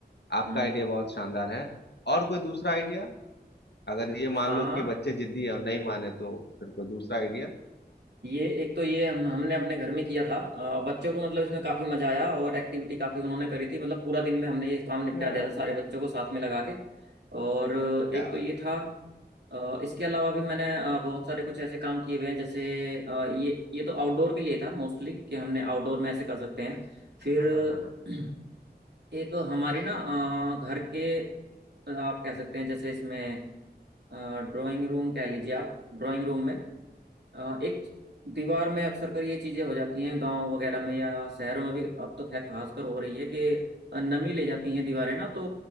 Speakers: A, on the left; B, on the right.
A: आपका
B: हम्म,
A: आइडिया बहुत शानदार है और कोई दूसरा आइडिया अगर ये मान
B: हाँ
A: लो कि ये बच्चे जिद्दी है और नहीं माने तो फिर कोई दूसरा आइडिया
B: ये एक तो ये हम हमने अपने घर में किया था अ, बच्चों को मतलब इसमें काफी मजा आया और एक्टिविटी काफी उन्होंने करी थी मतलब पूरा दिन में हमने ये काम निपटा
A: हाँ
B: दिया था सारे बच्चों को साथ में लगा के और
A: क्या
B: एक
A: बात
B: तो ये था अ, इसके अलावा भी मैंने अ, बहुत सारे कुछ ऐसे काम किए हुए हैं जैसे अ, ये ये तो आउटडोर के लिए था मोस्टली कि हमने आउटडोर में ऐसे कर सकते हैं
A: है?
B: फिर
A: हाँ हाँ हाँ हाँ
B: <clears throat> एक हमारी ना अ, घर के अ, आप कह सकते हैं जैसे इसमें ड्राइंग रूम कह लीजिए आप ड्राइंग रूम में अ, एक दीवार में अक्सर कर ये चीजें हो जाती हैं गांव वगैरह में या शहरों में भी अब तो खैर खासकर हो रही है कि नमी ले जाती हैं दीवारें ना तो